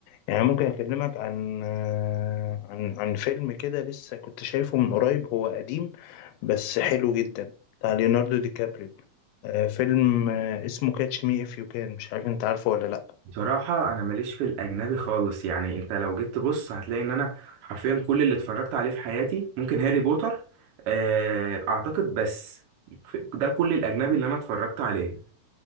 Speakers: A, on the left; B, on the right.
A: يعني ممكن أكلمك عن عن عن فيلم كده لسه كنت شايفه من قريب هو قديم بس حلو جدا بتاع ليوناردو دي كابريو آه، فيلم آه، اسمه كاتش مي اف يو كان مش عارف انت عارفه ولا لا
B: بصراحة أنا ماليش في الأجنبي خالص يعني أنت لو جيت تبص هتلاقي إن أنا حرفيا كل اللي اتفرجت عليه في حياتي ممكن هاري بوتر آه، أعتقد بس ف- ده كل الأجنبي اللي أنا اتفرجت عليه